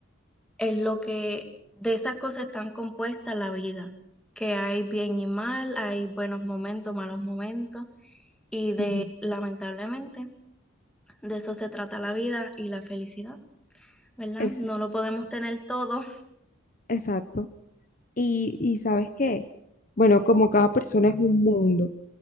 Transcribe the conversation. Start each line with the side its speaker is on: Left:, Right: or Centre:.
Centre: es lo que, de esas cosas están compuestas la vida, que hay bien y mal, hay buenos momentos, malos momentos, y de,
Left: Ujú,
Centre: lamentablemente, de eso se trata la vida y la felicidad, ¿verdad?
Left: ex-
Centre: No lo podemos tener todo.
Left: exacto. Y, y ¿sabes qué? Bueno, como cada persona es un mundo,